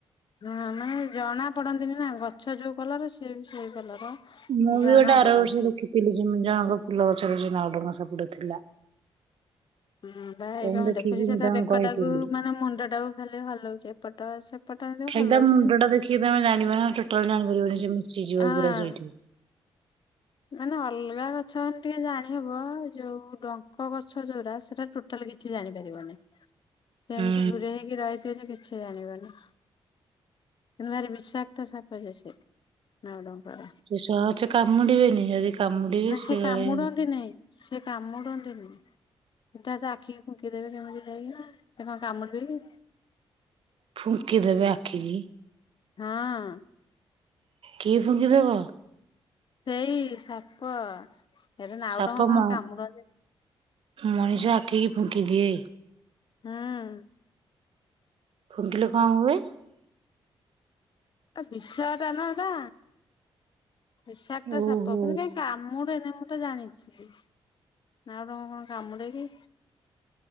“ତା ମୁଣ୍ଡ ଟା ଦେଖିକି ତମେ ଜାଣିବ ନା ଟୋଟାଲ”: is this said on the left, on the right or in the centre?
Right